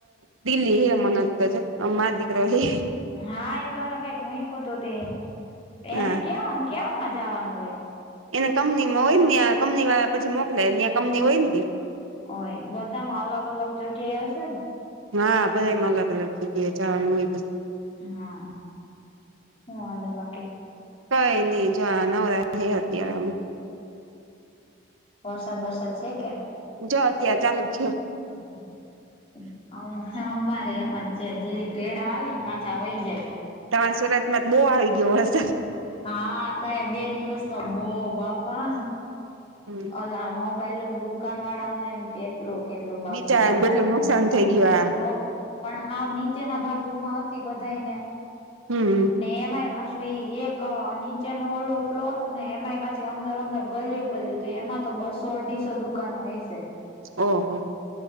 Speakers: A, on the right; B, on the left.
A: દિલ્લી હે અમન તજો અ મા દીકરા હિ
B: હા એ તમે કઈક મહીકો તો તે એને
A: હા
B: કેવા કેવામાં જવાનું હોય.
A: એને કંપની માં હોય ને કંપની વાળા પછી મોકલે કંપની હોય ની
B: હોય બધામાં અલગ અલગ જગ્યા હશે ન
A: હા બધાએ માં અલગ અલગ જગ્યાએ જવાનું હોય.
B: હા હું હાલે બાકી?
A: કઈ નહી જો નવરા થયા અત્યારે અમે.
B: વરસાદ બરસાદ છે કે?
A: જો અત્યારે ચાલુ થયો.
B: <unintelligible> અમારે એવા જ છે જે રેડ આવી ન પાછા વય જાય.
A: તમાર સુરત માં ત બહુ આવી ગયો વસ
B: હા તય બે દિવસ તો બો બાપા.
A: હમ્મ.
B: લા મોબાઈલૂ ન દુકાન વાળા ઓને કેટલું કેટલું બાપ
A: બીજા
B: બીચારાવને
A: કેટલું
B: નુકસાન
A: થઈ ગયું
B: થયું તો. પણ હાવ નીચેના ભાગોમાં હતી બધાય ને.
A: હમ્મ.
B: ને એમાંય પાછું એક નીચે નો ઓલો ફ્લોર ને એમાંય પાછી અંદર અંદર ગલિયું ગલિયું. તે એમાં તો બસો અઢીસો દુકાનો હયશે
A: ઓહ હો.